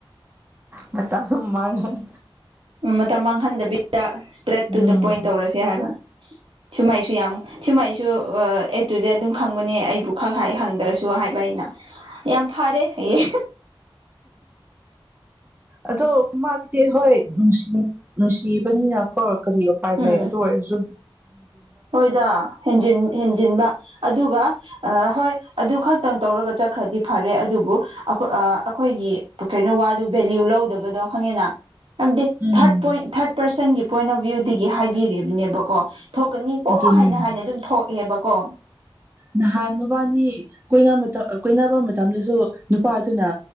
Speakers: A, on the right (about 25°); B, on the right (about 75°).
A: ꯃꯇꯝ ꯃꯥꯡꯍꯟ
B: ꯎꯝ ꯃꯇꯝ ꯃꯥꯡꯍꯟꯗꯕꯤꯗ ꯏꯁꯇ꯭ꯔꯦꯠ ꯇꯨ
A: ꯎꯝ
B: ꯗ ꯄꯣꯏꯟ ꯇꯧꯔꯁꯦ ꯍꯥꯏꯕ ꯁꯨꯃꯥꯏꯁꯨ ꯌꯥꯝ ꯁꯨꯃꯥꯏꯁꯨ ꯑ ꯑꯦ ꯇꯨ ꯖꯦꯠ ꯗꯨꯝ ꯈꯪꯕꯅꯦ ꯑꯩꯕꯨ ꯈꯛ ꯍꯥꯢ ꯍꯪꯗ꯭ꯔꯁꯨ ꯍꯥꯏꯕ ꯑꯩꯅ ꯌꯥꯝ ꯐꯔꯦ ꯍꯥꯢꯌꯦ
A: ꯑꯗꯣ ꯃꯥꯒꯤꯗꯤ ꯍꯣꯏ ꯅꯨꯡꯁꯤ ꯅꯨꯡꯁꯤꯕꯅꯤꯅ ꯀꯣ ꯀꯔꯤ ꯎꯄꯥꯏ
B: ꯎꯝ
A: ꯂꯩ ꯑꯗꯨ ꯑꯣꯏꯔꯖꯨ
B: ꯍꯣꯏꯗ ꯍꯦꯟꯖꯤꯟ ꯍꯦꯟꯖꯤꯟꯕ ꯑꯗꯨꯒ ꯑ ꯍꯣꯏ ꯑꯗꯨ ꯈꯛꯇꯪ ꯇꯧꯔꯒ ꯆꯠꯈ꯭ꯔꯗꯤ ꯐꯔꯦ ꯑꯗꯨꯕꯨ ꯑꯈꯣ ꯑ ꯑꯩꯈꯣꯏꯒꯤ ꯀꯩꯅꯣ ꯋꯥꯗꯨ ꯚꯦꯂ꯭ꯌꯨ ꯂꯧꯗꯕꯗꯣ ꯈꯪꯉꯦꯅ ꯑꯃꯗꯤ
A: ꯎꯝ
B: ꯊꯥꯔꯠ ꯄꯣꯏꯟ ꯊꯥꯔꯠꯔꯁꯦꯟ ꯄꯣꯏ ꯑꯣ ꯚ ꯍꯥꯏꯕꯤꯔꯤꯕꯅꯦꯕꯀꯣ ꯊꯣꯛ ꯀꯣ
A: ꯑꯗꯨꯅꯦ
B: ꯍꯥꯏꯅ ꯍꯥꯏꯅ ꯑꯗꯨꯝ ꯊꯣꯛꯑꯦꯕ ꯀꯣ
A: ꯅꯍꯥꯟ ꯃꯕꯥꯅꯤ ꯀꯣꯏ ꯀꯣꯏꯅꯕ ꯃꯇꯝꯗꯁꯨ ꯅꯨꯄꯥꯗꯨꯅ